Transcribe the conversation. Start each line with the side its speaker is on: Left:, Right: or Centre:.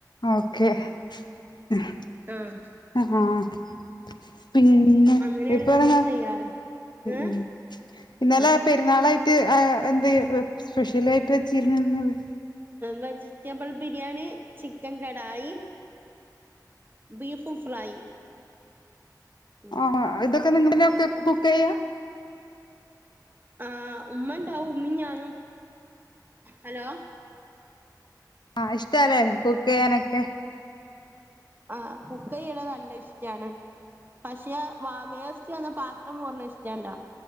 Left: ഓക്കെ ഹ
Right: ആഹ്
Left: ഹ അ <unintelligible> പിന്നെ
Right: അങ്ങനെയാണ്
Left: ഇപ്പോഴത
Right: ഞങ്ങള് ചെയ്യാറ് ഏഹ്
Left: ഉം ഇന്നലെ
Right: ആഹ്
Left: പെരുന്നാളായി <unintelligible> സ്പെഷ്യൽ ആയിട്ട് വെച്ചിരുന്ന നെന്
Right: vegetable biryani chicken kadai beef fry ഉം
Left: ഹ ഇതൊക്കെനിങ്ങളന്നെ ഇത്കുക്കയ്യാ
Right: ഹ ഉമ്മണ്ടാവും ഉമ്മി ഞാനും ഹലോ
Left: ഹ ഇഷ്ടംഅല്ലേ കുക്കയ്യനേക്കെ
Right: ഹ കുക്കയിനെ നല്ല ഇഷ് <unintelligible> ണ് പക്ഷെ വ മേർച്ചന്ന പ ത്രം മോർണ ഇഷ്ടല്ല